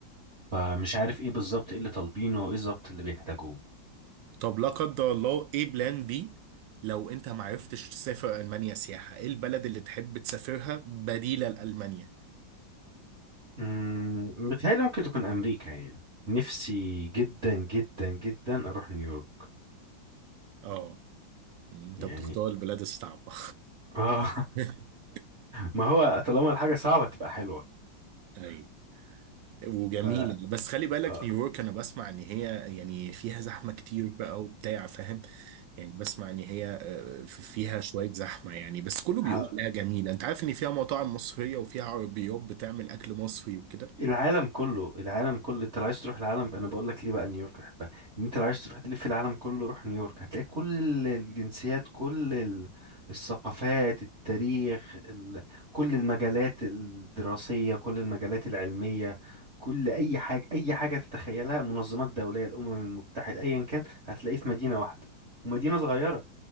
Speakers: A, on the right; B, on the right.
A: فمش عارف ايه بالظبط ايه اللي طالبينه وايه بالظبط اللي بيحتاجوه
B: طب لا قدر الله ايه بلان بي لو انت ما عرفتش تسافر المانيا سياحه ايه البلد اللي تحب تسافرها بديله لالمانيا
A: أمم، متهيألي ممكن تكون امريكا يعني نفسي جدا جدا جدا اروح نيويورك
B: اه يعني انت
A: يعني
B: بتختار البلاد الصعبه
A: اه <laughs>
B: <laughs>
A: ما هو طالما الحاجة صعبة تبقى حلوة
B: ايوه وجميله
A: ف
B: بس خلي بالك
A: آه،
B: نيويورك انا بسمع ان هي يعني فيها زحمه كتير بقى وبتاع فاهم يعني بسمع ان هي آه، فيها شويه زحمه يعني بس كله بيقول
A: ه-
B: عليها جميله انت عارف ان فيها مطاعم مصريه وفيها عربيات بتعمل اكل مصري وكده
A: العالم كله العالم كله انت لو عايز تروح العالم انا بقول لك ليه بقى نيويورك بحبها ان انت لو عايز تروح تلف العالم كله روح نيويورك هتلاقي كل الجنسيات كل ال- الثقافات التاريخ ال... كل المجالات الدراسية كل المجالات العلمية كل اي حاجة اي حاجة تتخيلها منظمات دولية الامم المتحدة ايا كان هتلاقيه في مدينة واحدة ومدينة صغيرة